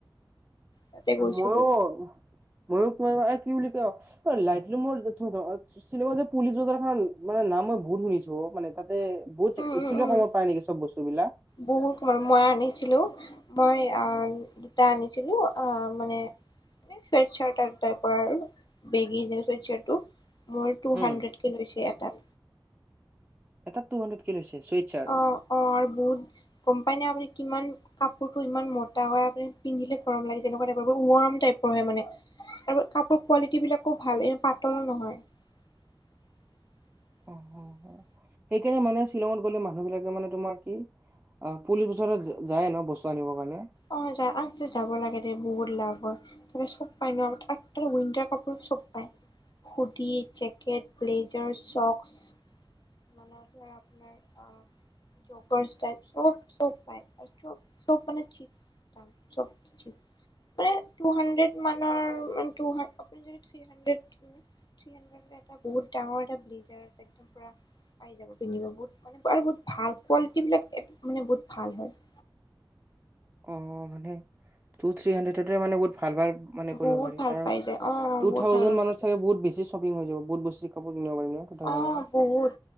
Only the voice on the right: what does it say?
আচ্ছা
ময়ো, ময়ো তোমাৰ এ কি বুলি কয়? লাইটলুমৰ, শ্বিলঙত যে পুলিচ বজাৰখনৰ মানে নাম মই বহুত শুনিছো। অ' মানে তাত বহুত
একচুৱালি
কমত পায় নেকি চব বস্তুবিলাক?
উম,
এটা টু-হাণ্ড্ৰেডকে লৈছে। চুইট চাৰ্ট
অ অ অ, সেইকাৰণে মানে শ্বিলঙত গ'লে মানুহবিলাকে মানে তোমাৰ কি! অ' পুলিচ বজাৰত যায় এনেও, বস্তু আনিবৰ কাৰণে।
অ' মানে, টু-থ্ৰী হাণ্ড্ৰেডতে মানে বহুত ভাল ভাল ভাল মানে কৰিব
পাৰি,
আৰু
টু-
থাউজেণ্ডমানত
মানত চাগে বহুত বেছি শ্বপিং হৈ যাব। বহুত বস্তু, কাপোৰ কিনিব পাৰিম ন? টু-থাউজেণ্ড
মানত।